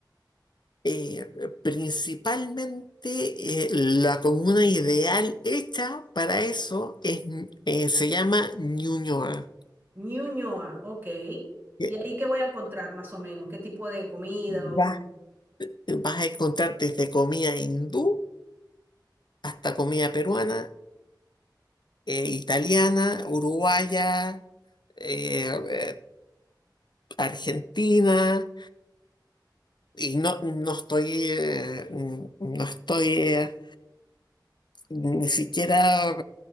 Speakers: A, on the left; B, on the right.
A: eh, principalmente eh, la comuna ideal hecha para eso es, eh, se llama Ñuñoa.
B: Ñuñoa, ok.
A: Eh,
B: ¿Y ahí qué voy a encontrar más o menos? ¿Qué tipo de comida
A: Vas,
B: o...?
A: vas a encontrar desde comida hindú hasta comida peruana, eh, italiana, uruguaya, eh, eh, argentina. Y no, no estoy, eh, no estoy eh, Ni siquiera